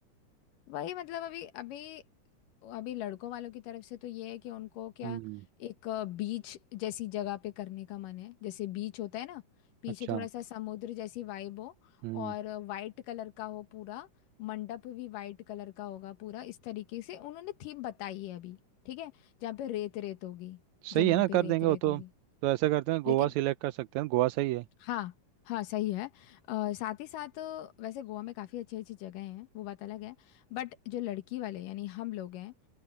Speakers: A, on the left (about 85°); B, on the right (about 80°).
A: वही मतलब अभी अभी अभी लड़कों वालों की तरफ से तो ये है कि उनको क्या
B: हम्म
A: एक बीच जैसी जगह पे करने का मन है जैसे बीच होता है ना पीछे
B: अच्छा
A: थोड़ा सा समुद्र जैसी वाइब हो
B: हम्म
A: और वाइट कलर का हो पूरा मंडप भी वाइट कलर का होगा पूरा इस तरीके से उन्होंने थीम बताई है अभी ठीक है जहाँ पे रेत रेत होगी
B: सही
A: जमीन
B: है ना
A: पे
B: कर
A: रेत
B: देंगे
A: रेत
B: वो तो
A: होगी
B: तो ऐसा करते हैं गोवा
A: लेकिन
B: सिलेक्ट कर सकते हैं गोवा सही है
A: हाँ हाँ सही है अ, साथ ही साथ अ, वैसे गोवा में काफ़ी अच्छी अच्छी जगह हैं वो बात अलग है बट जो लड़की वाले यानी हम लोग हैं